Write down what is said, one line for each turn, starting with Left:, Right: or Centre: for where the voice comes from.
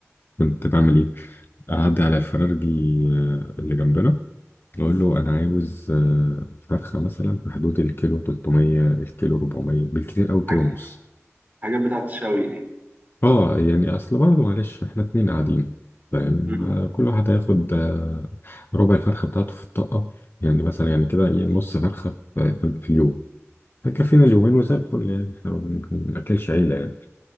Left: كنت بعمل إيه؟ أعدي على الفرارجي آه، اللي جنبنا أقول له أنا عاوز آه، فرخة مثلا في حدود الكيلو 300 الكيلو 400 بالكتير أوي كيلو
Right: حاجة-
Left: ونص
Right: الحاجات بتاعت الشوي دي
Left: اه يعني اصل برضه معلش احنا اتنين قاعدين فاهم
Right: مم.
Left: آه، كل واحد هياخد آه، ربع الفرخه بتاعته في الطاقه يعني مثلا يعني كده ايه نص فرخه في في اليوم هيكفينا اليومين وزي الفل يعني احنا ما بن- ما بناكلش عيله يعني